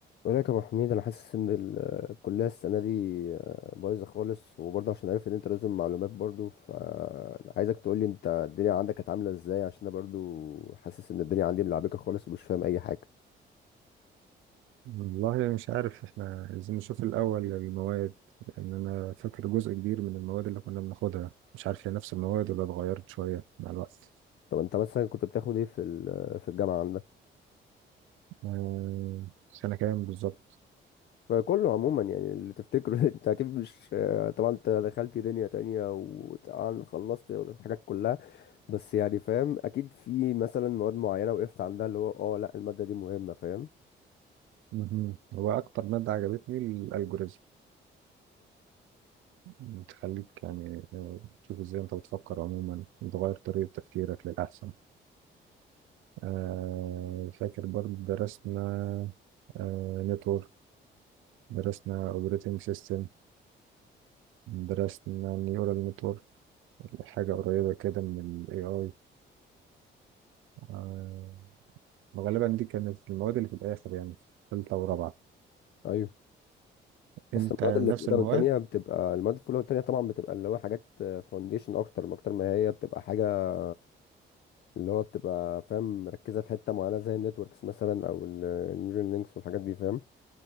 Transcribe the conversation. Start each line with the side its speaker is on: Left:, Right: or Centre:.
Left: بقول لك يا ابو حميد انا حاسس ان ال- الكليه السنه دي آه، بايظه خالص وبرضه عشان عارف ان انت لازم معلومات برضه فعايزك تقول لي انت الدنيا عندك كانت عامله ازاي عشان انا برضه حاسس ان الدنيا عندي ملعبكه خالص ومش فاهم اي حاجه
Right: والله مش عارف احنا عايزين نشوف الأول المواد لأن أنا فاكر جزء كبير من المواد اللي كنا بناخدها مش عارف هي نفس المواد ولا اتغيرت شوية مع الوقت
Left: طب انت مثلا كنت بتاخد ايه في ال- في الجامعه عندك
Right: آه، سنة كام بالظبط
Left: فكله عموما يعني اللي تفتكره <laughs> انت اكيد مش آه، طبعا انت دخلت دنيا تانية وطبعا خلصت الحاجات كلها بس يعني فاهم اكيد في مثلا مواد معينه وقفت عندها اللي هو اه لا الماده دي مهمه فاهم
Right: مهم. هو أكتر مادة عجبتني الألجوريزم بتخليك يعني آه، تشوف إزاي أنت بتفكر عموما وتغير طريقة تفكيرك للأحسن آه، فاكر برضه درسنا نتورك درسنا اوبريتنج سيستم درسنا نيورال نتورك حاجة قريبة كده من ال AI آه، غالبا دي كانت المواد اللي في الآخر يعني في تالتة ورابعة
Left: حلو
Right: أنت
Left: بس المواد
Right: نفس
Left: اللي في اولى
Right: المواد
Left: وثانيه بتبقى المواد في اولى وثانيه طبعا بتبقى اللي هو حاجات فاونديشن اكتر اكتر ما هي بتبقى حاجه اللي هو بتبقى فاهم مركزه في حته معينه زي النتوركس مثلا او النيورال لينكس والحاجات دي فاهم